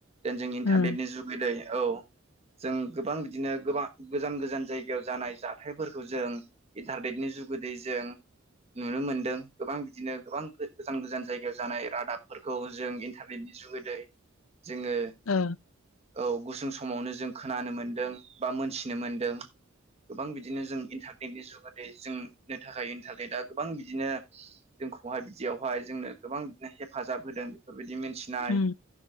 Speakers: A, on the right; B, on the left.
A: देन जोंनि इन्टारनेटनि
B: उम
A: जुगै दै। औ जों गोबां बिदिनो गोबां गोजान गोजान जायगायाव जानाय जाथायफोरखौ जों इन्टारनेटनि जुगोदै जों नुनो मोनदों गोबां बिदिनो गोबां गोजान गोजान जायगायाव जानाय रादाबफोरखौ जों इन्टारनेटनि जुगोदै जोङो
B: ओ
A: औ गुसुं समावनो जों खोनानो मोनदों बा मोनथिनो मोनदों गोबां बिदिनो जों इन्टारनेटनि जुग माने जोंनो थाखाय इन्टारनेटआ गोबां बिदिनो जोंखौहाय बिदियावहाय जोंनो गोबां बिनो हेफाजाब होदों बे बेबायदि मिनथिनाय
B: उम